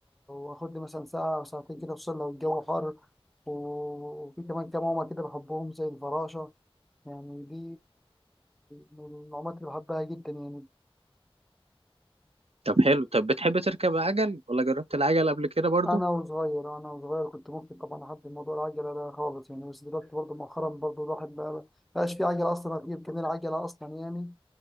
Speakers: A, in the centre; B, on the right.
A: واخد لي مثلا ساعه او ساعتين كده خصوصا لو الجو حر و... وفي كمان كام عومه كده بحبهم زي الفراشه يعني دي من العومات اللي بحبها جدا يعني
B: طب حلو طب بتحب تركب عجل ولا جربت العجل قبل كده برضو؟
A: انا وصغير انا وصغير كنت ممكن طبعا احب موضوع العجله ده خالص يعني بس دلوقتي برضه مؤخرا برضه الواحد بقى بقاش في عجله اصلا ما في امكانيه العجله اصلا يعني